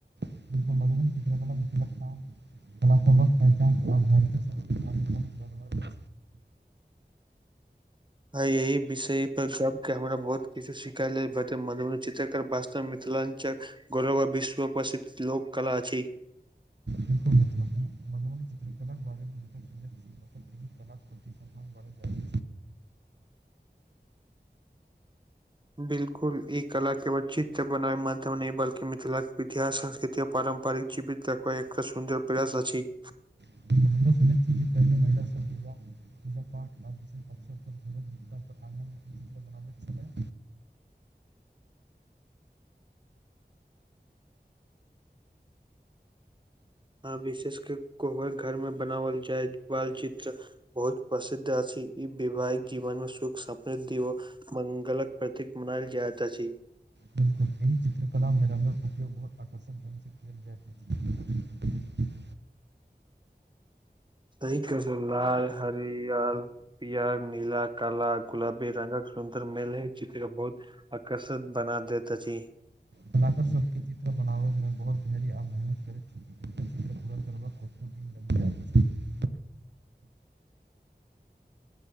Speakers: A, on the right; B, on the right.
A: <unintelligible> लगन चित्रकलाख लगता बलाक पहचान आ भारतीय संस्कृतिक अनमोल धरोहर अछि।
B: अय विषय पर गप के हमरा बहुत किछु सिखैलेल भेटत मधुबनी चित्रकलऽ मिथिलाञ्चक गौरव विश्व प्रसिद्ध लोक कला छी
A: बिल्कुल मित्र, मधुबनी चित्रकलाक बारेमे जतेक सुनैत छी ओतेक एहि कलाक प्रति सम्मान बढ़ैत जाइत अछि।
B: बिल्कुल ई कला केवल चित्र बनाबै माध्यम नहि बल्कि मिथिलाक इतिहास संस्कृति पारम्परिक जीवित देखबै एकटा सुन्दर प्रयास अछि
A: <unintelligible> पूज पाठ आ विष अवसर पर आन बनाबैत छल <inaudible>
B: आ विशेष के कोबर घर में बनाओल जाय बालचित्र बहुत प्रसिद्ध अछि ई वैवाहिक जीवन मे सुख समृद्धि मंगलक प्रतीक मनायल जायत अछी
A: बिलकुल एहि चित्रकला मेरङ्गर उपयोग बहुत आकर्षक ढंग से कयल जात <inaudible>
B: तै <inaudible> क ए लाल हरियल पियर नीला काला गुलाबी रंगक सुन्दर मेल हइ छै बहुत आकर्षक बना दैत अछि
A: कलाकर सबके चित्र बनाबै मे बहुत धैर्य आ मेहनत करैत छल करब कत दिन लग <inaudible>